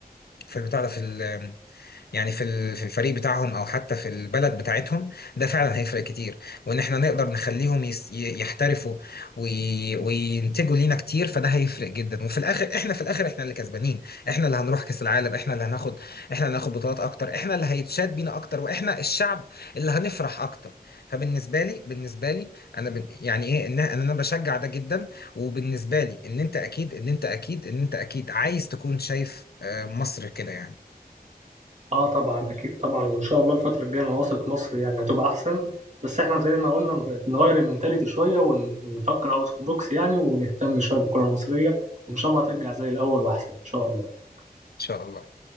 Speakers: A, on the left; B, on the right.
A: في البتاع ده في ال... يعني في ال- في الفريق بتاعهم او حتى في البلد بتاعتهم ده فعلا هيفرق كتير وان احنا نقدر نخليهم يس- ي- يحترفوا وي- وينتجوا لينا كتير فده هيفرق جدا وفي الاخر احنا في الاخر احنا اللي كسبانين احنا اللي هنروح كاس العالم احنا اللي هناخد احنا اللي هناخد بطولات اكتر احنا اللي هيتشاد بينا اكتر واحنا الشعب اللي هنفرح اكتر فبالنسبه لي بالنسبه لي انا بن- يعني ايه ان انا أنا بشجع ده جدا وبالنسبه لي ان انت اكيد ان انت اكيد ان انت اكيد عايز تكون شايف آه، مصر كده يعني ان
B: اه طبعا اكيد طبعا وان شاء الله الفترة الجاية انا واثق مصر يعني هتبقى احسن بس احنا زي ما قلنا نغ- نغير المنتاليتي شوية ونفكر اوت اوف بوكس يعني ونهتم شوية بالكرة المصرية وان شاء الله هترجع زي الاول واحسن ان شاء الله
A: شاء الله